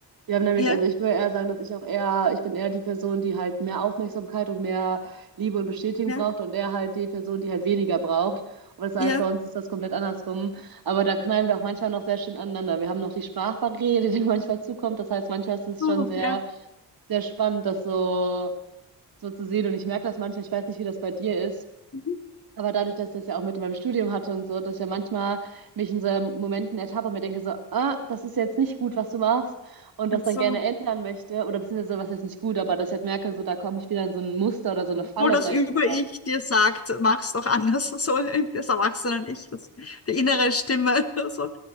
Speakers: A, on the right; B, on the left.
A: Wir haben nämlich,
B: Ja,
A: also ich würde eher sagen, dass ich auch eher, ich bin eher die Person, die halt mehr Aufmerksamkeit und mehr Liebe und Bestätigung
B: ja.
A: braucht und er halt die Person, die halt weniger braucht. Und das heißt,
B: Ja,
A: bei uns ist das komplett andersrum. Aber da knallen wir auch manchmal noch sehr schön aneinander. Wir haben noch die Sprachbarriere, die <laughs> manchmal zukommt. Das heißt, manchmal ist es
B: so,
A: schon sehr,
B: ja.
A: sehr spannend, das so, so zu sehen. Und ich merke das manchmal, ich weiß nicht, wie das bei dir ist.
B: Mhm.
A: Aber dadurch, dass ich das ja auch mit meinem Studium hatte und so, dass ich ja manchmal mich in so Momenten ertappe und mir denke so, ah, das ist jetzt nicht gut, was du machst und das dann
B: So,
A: gerne ändern möchte oder beziehungsweise so, was heißt nicht gut, aber dass ich halt merke, so da komme ich wieder in so ein Muster oder so eine Falle,
B: wo das
A: sage
B: Über-Ich
A: ich mal.
B: dir sagt, mach's doch anders, so das Erwachsenen-Ich, das, die innere Stimme, so,